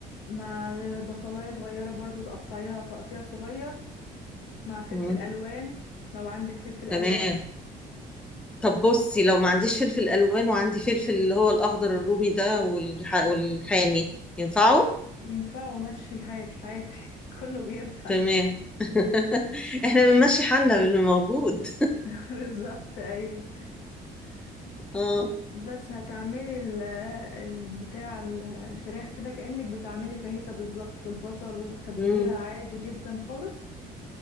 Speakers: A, on the left; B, in the centre.
A: مع بصلاية صغيرة برضو تقطعيها تقطيع صغير مع فلفل
B: مم.
A: ألوان لو عندك فلفل
B: تمام
A: ألوان
B: طب بصي لو ما عنديش فلفل الوان وعندي فلفل اللي هو الاخضر الرومي ده والح... والحامي ينفعوا
A: ينفع ومشي الحال عادي <laughs> كله بينفع
B: تمام <laughs> احنا بنمشي حالنا باللي موجود
A: <laughs> بالظبط أيوه
B: اه
A: بس هتعملي ال- البتاع ال- الفراخ كده كأنك بتعملي فاهيتا بالظبط بالبصل وتتبليها
B: مم.
A: عادي جدا خالص